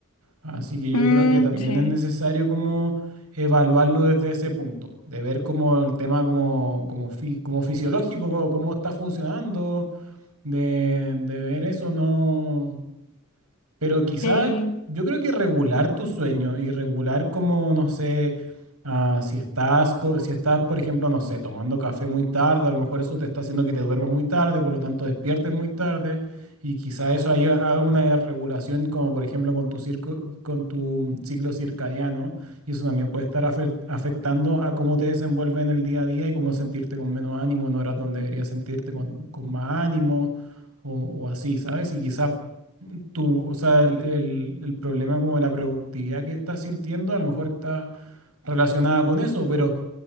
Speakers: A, on the right; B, on the left.
A: Así que yo
B: Mm,
A: creo que también
B: sí,
A: es necesario como evaluarlo desde ese punto, de ver como el tema como, como, fi- como fisiológico, como- cómo está funcionando, de, de ver eso, no, pero quizás
B: sí,
A: yo creo que regular tu sueño y regular como, no sé, ah, si estás, co- si estás, por ejemplo, no sé, tomando café muy tarde, a lo mejor eso te está haciendo que te duermas muy tarde, por lo tanto despiertes muy tarde y quizás eso ahí haga una regulación como, por ejemplo, con tu circo, con tu ciclo circadiano y eso también puede estar afe- afectando a cómo te desenvuelves en el día a día y cómo sentirte con menos ánimo en horas donde deberías sentirte con, con más ánimo o, o así, ¿sabes? Y quizás tu, o sea, el, el- el problema como de la productividad que estás sintiendo, a lo mejor está relacionada con eso, pero